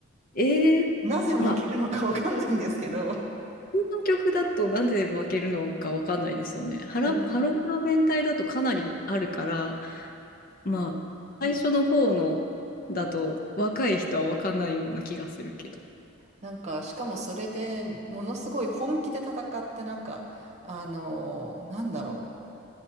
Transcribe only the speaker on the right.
なぜ負けるのかわかんないんですけど、
うん
なんか、しかもそれでものすごい本気で戦って、なんか、あの、なんだろ